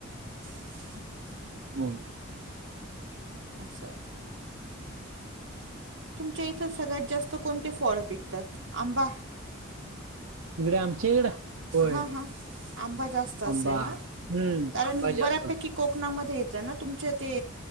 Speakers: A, on the right; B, on the right.
A: हम् <unintelligible>
B: हम्
A: अच्छा तुमच्या इथं सगळ्यात जास्त कोणते फळ पिकतात आंबा
B: इकडे आमच्या इकडं होय
A: हा हा आंबा जास्त असेल
B: आंबा हम्म
A: ना कारण
B: आंबा
A: बऱ्यापैकी
B: जास्त असतो.
A: कोकणामध्ये येत ना तुमच्या ते